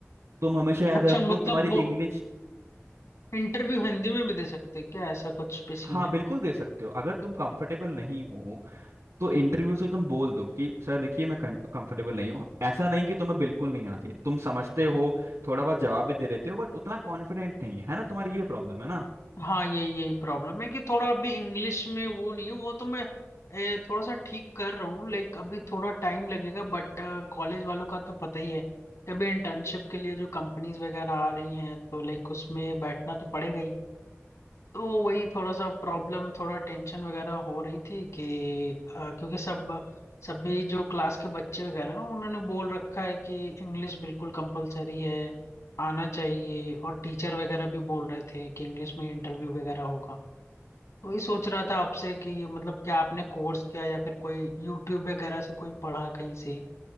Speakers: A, on the right; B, on the left.
A: तुम हमेशा याद
B: अच्छा
A: रखो
B: मतलब
A: तुम्हारी
B: वो
A: इंग्लिश
B: इंटरव्यू हिंदी में भी दे सकते हैं क्या ऐसा कुछ भी सीन
A: हाँ
B: है
A: बिल्कुल दे सकते हो अगर तुम कंफर्टेबल नहीं हो तो इंटरव्यू से तुम बोल दो कि सर देखिए मैं कंफर्टेबल नहीं हूँ ऐसा नहीं कि तुम्हें बिल्कुल नहीं आती तुम समझते हो
B: हम्म।
A: थोड़ा बहुत जवाब भी दे लेते हो बट उतना कॉन्फिडेंट नहीं है है ना तुम्हारी ये प्रॉब्लम है ना
B: हाँ ये यही प्रॉब्लम है कि थोड़ा अभी इंग्लिश में वो नहीं है वो तो मैं ए, थोड़ा सा ठीक कर रहा हूँ लाइक अभी थोड़ा टाइम लगेगा बट कॉलेज वालों का तो पता ही है कि अभी इंटर्नशिप के लिए जो कंपनीज वगैरह आ रही हैं तो लाइक उसमें बैठना तो पड़ेगा ही तो वही थोड़ा सा प्रॉब्लम थोड़ा टेंशन वगैरह हो रही थी कि अ, क्योंकि सब सभी जो क्लास के बच्चे वगैरह ना उन्होंने बोल रखा है कि इंग्लिश बिल्कुल कंपलसरी है आना चाहिए और टीचर वगैरह भी बोल रहे थे कि इंग्लिश में इंटरव्यू वगैरह होगा तो ये सोच रहा था आपसे कि ये मतलब क्या आपने कोर्स किया या फिर कोई यूट्यूब वगैरह से कोई पढ़ा कहीं से